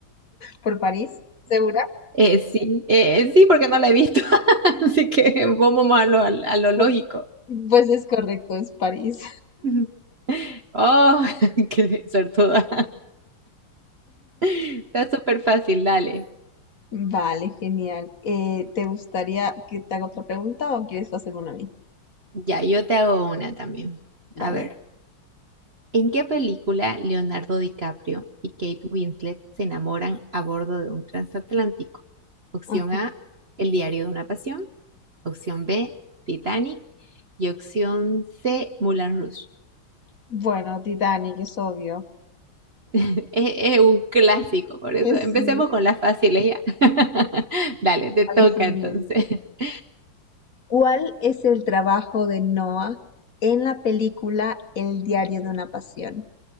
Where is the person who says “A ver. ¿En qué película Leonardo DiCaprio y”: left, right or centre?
Right